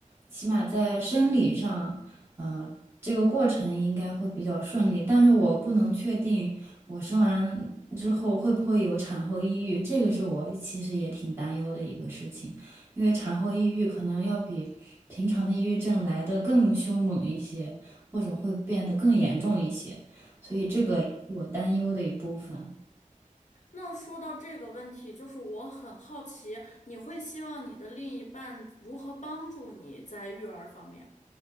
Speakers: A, on the right; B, on the left.
A: 起码在生理上，呃，这个过程应该会比较顺利。但是我不能确定我生完之后会不会有产后抑郁，这个是我其实也挺担忧的一个事情。因为产后抑郁可能要比平常的抑郁症来的更凶猛一些，或者会变得更严重一些，所以这个也是我担忧的一部分。
B: 嗯。那说到这个问题，就是我很好奇，你会希望你的另一半如何帮助你在育儿方面？